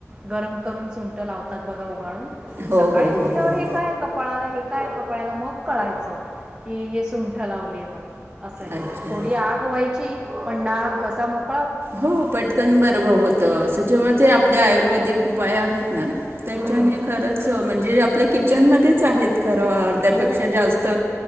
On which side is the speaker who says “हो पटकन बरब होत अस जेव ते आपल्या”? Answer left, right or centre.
Right